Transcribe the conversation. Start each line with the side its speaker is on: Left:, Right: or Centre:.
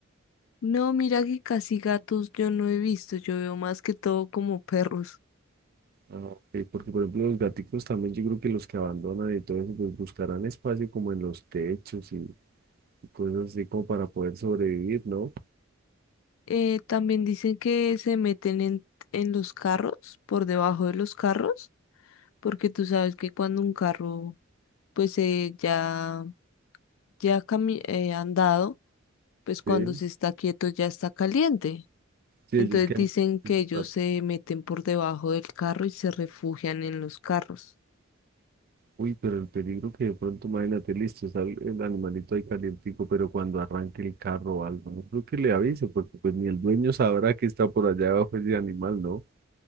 Left: No, mira que casi gatos yo no he visto, yo veo más que todo como perros.
Right: Ah, Eh, porque, por ejemplo, los gaticos también, yo creo que los que abandonan y todo eso, pues buscarán espacio como en los techos y, y cosas así como para poder sobrevivir, ¿no?
Left: Eh, también dicen que se meten en, en los carros, por debajo de los carros, porque tú sabes que cuando un carro pues eh, ya, ya cami- eh, andado, pues cuando
Right: Sí,
Left: se está quieto ya está caliente.
Right: Sí,
Left: Entonces
Right: ellos quedan
Left: dicen que ellos
Right: pues,
Left: se meten por debajo del carro y se refugian en los carros.
Right: Uy, pero el peligro que de pronto, imagínate, listo, sale el animalito ahí calientico, pero cuando arranque el carro o algo, no creo que le avise, porque pues ni el dueño sabrá que está por allá abajo ese animal, ¿no?